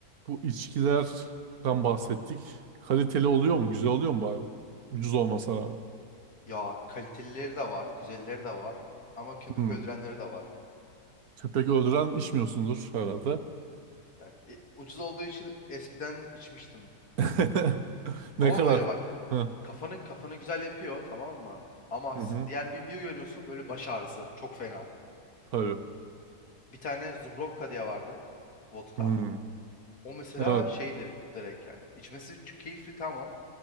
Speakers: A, on the right; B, on the left.
A: Bu içkilerden bahsettik. Kaliteli oluyor mu? Güzel oluyor mu bari? Ucuz olmasına rağmen.
B: Ya kalitelileri de var, güzelleri de var ama köpek
A: Hmm.
B: öldürenleri de var.
A: Köpek öldüren içmiyorsundur herhalde.
B: Yani, e, ucuz olduğu için eskiden içmiştim.
A: <laughs> Ne
B: Ama
A: kadar?
B: böyle bak
A: Hı
B: kafanı kafanı güzel yapıyor tamam mı? Ama
A: hı.
B: s-
A: hı.
B: diğer gün bir uyanıyorsun böyle baş ağrısı çok fena.
A: Tabii.
B: Bir tane Zubrovka diye vardı vodka.
A: Hmm.
B: O mesela
A: Evet.
B: şeydi direkt yani. İçmesi çok keyifli tamam.